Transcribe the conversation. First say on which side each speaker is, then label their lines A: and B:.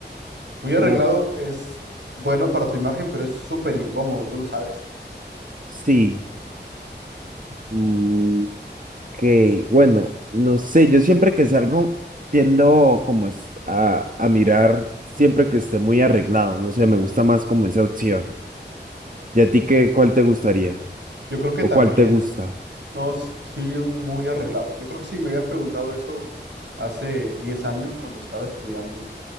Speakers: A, on the right; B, on the right.
A: Muy arreglado
B: Oh,
A: es bueno para tu imagen, pero es súper incómodo, tú lo sabes.
B: sí, mm, que bueno, no sé, yo siempre que salgo tiendo como es a, a mirar siempre que esté muy arreglado, no sé, me gusta más como esa opción. ¿Y a ti qué, cuál te gustaría?
A: Yo creo que
B: ¿O
A: también,
B: cuál te gusta?
A: no, s- sí, muy arreglado. Yo creo que si me hubieras preguntado eso hace 10 años cuando estaba estudiando,